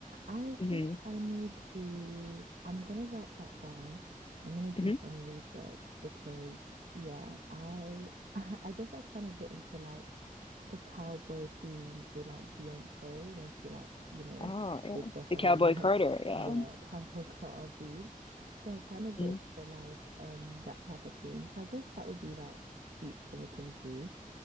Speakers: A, on the right; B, on the left.
A: I
B: hmm
A: think I need to, I'm gonna write that down. I'm gonna do
B: hmm
A: some research because yeah, I <laughs> I guess I kind of got into like the cowboy theme through like Beyonce when she like, you know,
B: Oh, yeah.
A: did the whole
B: The Cowboy
A: like
B: Carter,
A: <laughs>
B: yeah.
A: yeah, cowboy car theme. So I kind of got
B: Mm-hmm.
A: into like um that type of theme. So I guess that would be like cute to look into.